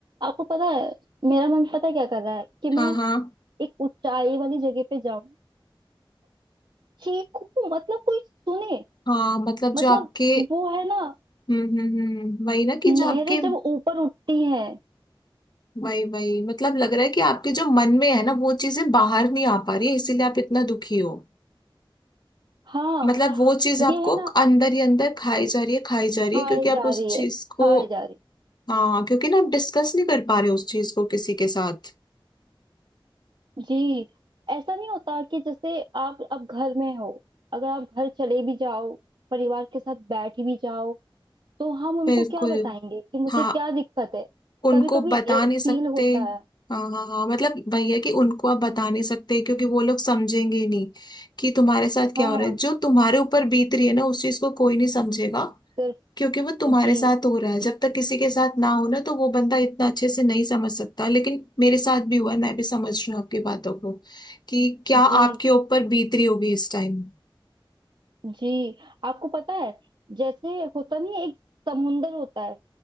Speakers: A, on the right (about 60°); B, on the left (about 50°).
A: आपको पता है मेरा मन पता है क्या कर रहा है कि
B: हाँ
A: मैं
B: हाँ
A: एक ऊंचाई वाली जगह पे जाऊं चीखू मतलब कोई सुने
B: हाँ मतलब जो
A: मतलब
B: आपके
A: वो है ना
B: हम्म हम्म हम्म वही ना कि
A: लहरें
B: जो आपके
A: जब ऊपर उठती हैं
B: वही वही मतलब लग रहा है कि आपके जो मन में है ना वो चीजें बाहर नहीं आ पा रही है इसीलिए आप इतना दुखी हो
A: हाँ
B: मतलब वो चीज आपको
A: ये है ना
B: अंदर ही अंदर खाई जा रही है खाई जा
A: खाए
B: रही है क्योंकि आप
A: जा रही
B: उस
A: है
B: चीज को
A: खाए जा रही
B: हाँ क्योंकि ना आप डिस्कस नहीं कर पा रहे उस चीज को किसी के साथ
A: है। जी ऐसा नहीं होता कि जैसे आप अब घर में हो अगर आप घर चले भी जाओ परिवार के साथ बैठ भी जाओ तो हम उनको
B: बिल्कुल
A: क्या बताएंगे कि मुझे
B: हाँ
A: क्या दिक्कत है
B: उनको
A: कभी कभी
B: बता नहीं
A: फील
B: सकते
A: होता है
B: हाँ हाँ हाँ मतलब वही है कि उनको आप बता नहीं सकते क्योंकि वो लोग समझेंगे नहीं कि तुम्हारे साथ क्या
A: हाँ
B: हो रहा है जो तुम्हारे ऊपर बीत रही है ना उस चीज को कोई नहीं समझेगा
A: सिर्फ
B: क्योंकि वो तुम्हारे
A: जी
B: साथ हो रहा है जब तक किसी के साथ ना हो ना तो वो बंदा इतना अच्छे से नहीं समझ सकता लेकिन मेरे साथ भी हुआ है मैं भी समझ रही हूँ आपकी बातों को कि क्या
A: जी
B: आपके ऊपर बीत रही होगी इस टाइम
A: जी आपको पता है जैसे होता नहीं है, एक समुंदर होता है